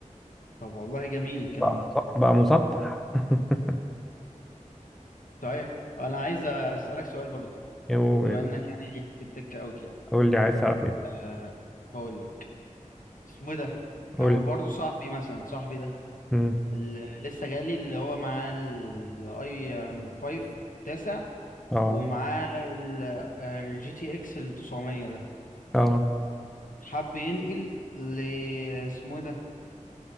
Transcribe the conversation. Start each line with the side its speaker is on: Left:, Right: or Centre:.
Left: طب والله جميل الكلام
Centre: بقى
Left: ده
Centre: بقى مسطح <laughs>
Left: صحيح انا عايز اسألك سؤال برضه
Centre: يو-
Left: بما انك يعني ليك في التكة او كده
Centre: قول لي عايز تعرف ايه
Left: أه هقول لك اسمه إيه ده لو
Centre: قول
Left: برضه صاحبي مثلا صاحبي ده
Centre: امم
Left: اللي لسه جالي اللي هو معاه الاي 5 تاسع
Centre: اه
Left: ومعاه الجي تي اكس ال 900 ده
Centre: اه
Left: حب ينقل ل اسمه إيه ده